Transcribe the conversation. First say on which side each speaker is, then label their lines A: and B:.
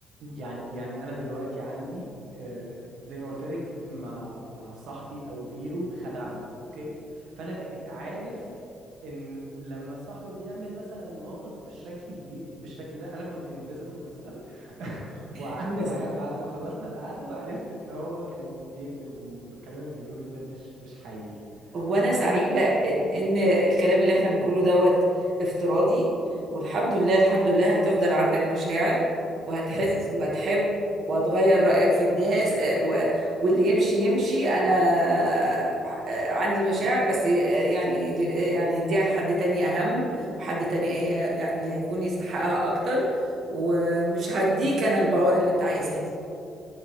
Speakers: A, on the right (about 80°); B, on the right (about 60°).
A: يعني يعني انا دلوقتي عندي آه، زي ما قلت لك مع مع صاحبي او غيره خدعني اوكي فانا بقيت عارف ان لما صاحبك بيعمل مثلا مواقف بالشكل دي بالشكل ده انا كنت انفيزبل مثلا <laughs>
B: <laughs>
A: وقعدت معاه بعد ما خلصنا القعده وعرفت ان هو كان بيكذب والكلام اللي بيقوله لي ده مش مش حقيقي
B: هو أنا
A: فانا
B: سعيدة
A: هبدأ
B: إن إن الكلام اللي إحنا بنقوله دوت افتراضي والحمد لله الحمد لله هتفضل عندك مشاعر وهتحس
A: <laughs>
B: وهتحب وهتغير رأيك في الناس آه، و- واللي يمشي يمشي أنا آه، عندي مشاعر بس آه، يعني لل- آه، يعني هديها لحد تاني أهم وحد تاني آه، يعني هيكون يستحقها أكتر ومش هديك أنا البوار اللي أنت عايزها دي